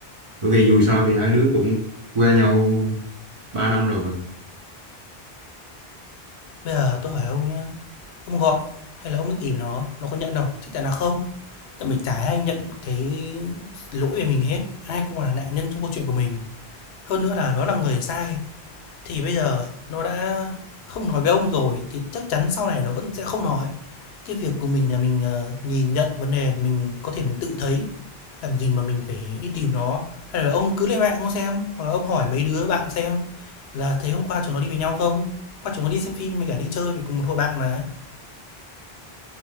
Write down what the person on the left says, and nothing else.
Bây giờ tôi hỏi ông nhé, ông gọi hay là ông tìm nó, nó có nhận không? Chắc chắn là không. Tại mình chả ai nhận cái lỗi về mình hết, ai cũng là nạn nhân trong câu chuyện của mình. Hơn nữa là nó là người sai, thì bây giờ nó đã không nói với ông rồi thì chắc chắn sau này nó vẫn sẽ không nói. Cái việc của mình là mình, ờ, nhìn nhận vấn đề mình có thể mình tự thấy, làm gì mà mình phải đi tìm nó. Hay là ông cứ lên mạng ông xem, hoặc là ông hỏi mấy đứa bạn xem là thấy hôm qua chúng nó đi với nhau không? Hôm qua chúng nó đi xem phim với cả đi chơi với cùng một hội bạn mà."